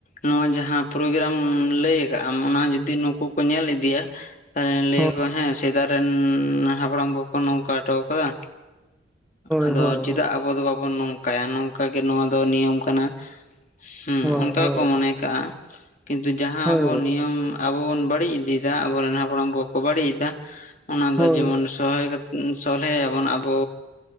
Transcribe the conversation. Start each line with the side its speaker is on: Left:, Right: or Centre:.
Left: ᱱᱚᱣᱟ ᱡᱟᱦᱟᱸ ᱯᱨᱳᱜᱨᱟᱢ ᱞᱟᱹᱭ ᱠᱮᱫ ᱟᱢ ᱚᱱᱟ ᱡᱩᱫᱤ ᱱᱩᱠᱩ ᱠᱚ ᱧᱮᱞ ᱤᱫᱤᱭᱟ, ᱛᱟᱦᱚᱞᱮ ᱞᱟᱹᱭ
Centre: ᱦᱳᱭ
Left: ᱟᱠᱚ ᱦᱮᱸ ᱥᱮᱫᱟᱭ ᱨᱮᱱ ᱦᱟᱯᱲᱟᱢ ᱠᱚ ᱱᱚᱝᱠᱟ ᱦᱚᱴᱚ ᱟᱠᱟᱫᱟ᱾ ᱟᱫᱚ
Centre: ᱦᱳᱭ ᱦᱳᱭ
Left: ᱪᱮᱫᱟᱜ ᱟᱵᱚ ᱫᱚ ᱵᱟᱵᱚᱱ ᱱᱚᱝᱠᱟᱭᱟ ᱱᱚᱝᱠᱟᱜᱮ ᱱᱚᱣᱟ ᱫᱚ ᱱᱤᱭᱚᱢ ᱠᱟᱱᱟ, ᱦᱩᱸ
Centre: ᱦᱳᱭ
Left: ᱚᱱᱠᱟ
Centre: ᱦᱳᱭ
Left: ᱜᱮᱠᱚ ᱢᱚᱱᱮ ᱠᱟᱜᱼᱟ ᱠᱤᱱᱛᱩ ᱡᱟᱦᱟᱸ
Centre: ᱦᱳᱭ
Left: ᱟᱵᱚ ᱱᱤᱭᱚᱢ ᱟᱵᱚ ᱵᱚᱱ ᱵᱟᱹᱲᱤᱡ ᱤᱫᱤᱭᱮᱫᱟ ᱟᱵᱚᱨᱮᱱ ᱦᱟᱯᱲᱟᱢ ᱠᱚᱠᱚ ᱵᱟᱹᱲᱤᱡ ᱮᱫᱟ ᱚᱱᱟ
Centre: ᱦᱳᱭ
Left: ᱫᱚ ᱡᱮᱢᱚᱱ ᱥᱚᱞᱦᱮ ᱠᱟᱛᱮ ᱥᱚᱞᱦᱮᱭᱟ ᱵᱚᱱ ᱟᱵᱚ